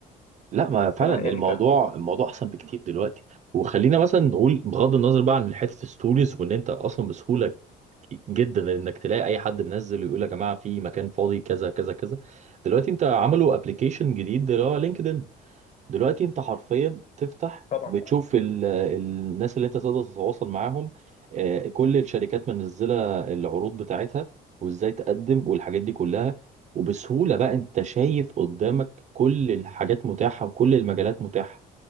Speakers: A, on the right; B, on the left.
A: لا ما
B: اه
A: فعلا
B: فانا
A: الموضوع
B: يعني فال...
A: الموضوع احسن بكتير دلوقتي وخلينا مثلا نقول بغض النظر بقى عن حته الستوريز وان انت اصلا بسهوله جدا انك تلاقي اي حد منزل ويقول يا جماعه في مكان فاضي كذا كذا كذا دلوقتي انت عملوا ابلكيشن جديد اللي هو لينكدين دلوقتي انت حرفيا تفتح
B: طبعا
A: بتشوف
B: آه.
A: ال- الناس اللي انت تقدر تتواصل معاهم آه، كل الشركات منزله العروض بتاعتها وازاي تقدم والحاجات دي كلها وبسهوله بقى انت شايف قدامك كل الحاجات متاحه وكل المجالات متاحه